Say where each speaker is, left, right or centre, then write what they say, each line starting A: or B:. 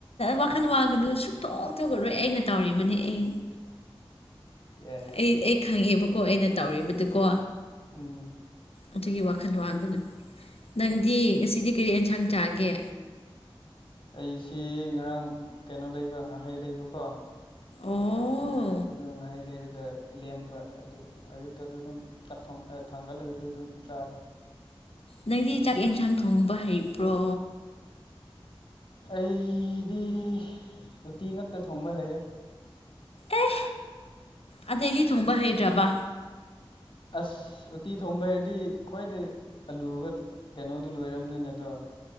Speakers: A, on the left; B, on the left.
A: ꯋꯥꯈꯜ ꯋꯥꯒꯅꯨ ꯁꯨ ꯊꯣꯛ ꯊꯣꯡꯂꯂꯣꯏ ꯑꯩꯅ ꯇꯧꯔꯤꯕꯅꯤ ꯑꯩ
B: ꯌꯥꯏ
A: ꯑꯩ ꯑꯩ ꯈꯪꯉꯦꯕ ꯀꯣ ꯑꯩꯅ ꯇꯧꯔꯤꯕꯗꯨꯀꯣ
B: ꯎꯝ
A: ꯑꯗꯨꯒꯤ ꯋꯥꯈꯜ ꯋꯥꯒꯅꯨ ꯅꯪꯗꯤ ꯉꯁꯤꯗꯤ ꯀꯔꯤ ꯢꯟꯁꯥꯡ ꯆꯥꯒꯦ
B: ꯑꯩꯁꯦ ꯉꯔꯥꯡ ꯀꯩꯅꯣ ꯂꯩꯕ ꯉꯥꯍꯩ ꯂꯩꯕ ꯀꯣ
A: ꯑꯣ
B: ꯑꯗꯨ ꯉꯥꯏꯍꯩ ꯂꯩꯔꯒ ꯂꯦꯝꯕ ꯑꯗꯨ ꯑꯌꯨꯛꯇꯨꯗ ꯑꯗꯨꯝ ꯆꯥꯈꯨꯝ ꯑꯥ ꯊꯥꯡꯡꯒꯠꯂꯒꯗꯨ ꯑꯗꯨꯝ ꯗꯨꯝ ꯆꯥꯔꯦ
A: ꯅꯪꯗꯤ ꯆꯥꯛ ꯑꯦꯟꯁꯥꯡ ꯊꯣꯡꯕ ꯍꯩꯕ꯭ꯔꯣ
B: ꯑꯩ ꯗꯤ ꯎꯇꯤ ꯉꯛꯇ ꯊꯣꯡꯕ ꯍꯩꯌꯦ
A: ꯑꯦ ꯑꯇꯩꯗꯤ ꯊꯣꯡꯕ ꯍꯩꯇ꯭ꯔꯕ
B: ꯑꯥꯁ ꯎꯇꯤ ꯊꯣꯡꯕ ꯍꯩꯔꯗꯤ ꯈ꯭ꯋꯥꯏꯗ ꯑꯂꯨꯕ ꯀꯩꯅꯣꯗꯨ ꯂꯣꯏꯔꯕꯅꯤꯅꯦ ꯑꯗꯣ